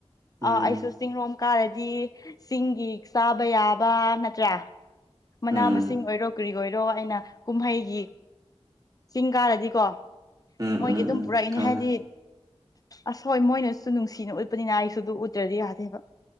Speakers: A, on the right (about 35°); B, on the left (about 35°).
A: ꯎꯝ
B: ꯑꯥ ꯑꯩꯁꯨ ꯆꯤꯡꯔꯣꯝ ꯀꯥꯔꯗꯤ ꯆꯤꯡꯒꯤ ꯆꯥꯕ ꯌꯥꯕ ꯅꯠꯇ꯭ꯔꯥ ꯃꯅꯥ
A: ꯎꯝ
B: ꯃꯁꯤꯡ ꯑꯣꯏꯔꯣ ꯀꯔꯤ ꯑꯣꯏꯔꯣ ꯑꯩꯅ ꯀꯨꯝꯍꯩꯒꯤ ꯆꯤꯡ ꯀꯥꯔꯗꯤꯀꯣ
A: ꯎꯝ
B: ꯃꯣꯏꯒꯤ
A: ꯎꯝ
B: ꯑꯗꯨꯝ
A: ꯎꯝ
B: ꯄꯨꯔꯛꯏꯅꯦ
A: ꯈꯪꯉꯦ
B: ꯍꯥꯏꯗꯤ ꯑꯁ ꯍꯣꯏ ꯃꯣꯏꯅꯁꯨ ꯅꯨꯡꯁꯤꯅ ꯎꯠꯄꯅꯤꯅ ꯑꯩꯁꯨ ꯑꯗꯨ ꯎꯠꯇ꯭ꯔꯗꯤ ꯌꯥꯗꯦꯕ